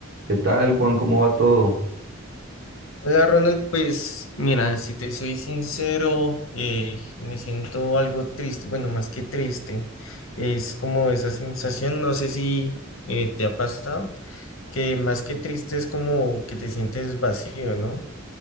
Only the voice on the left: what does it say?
Hola Ronald, pues mira, si te soy sincero, eh, me siento algo triste, bueno, más que triste, es como esa sensación, no sé si eh, te ha pasado, que más que triste es como que te sientes vacío, ¿no?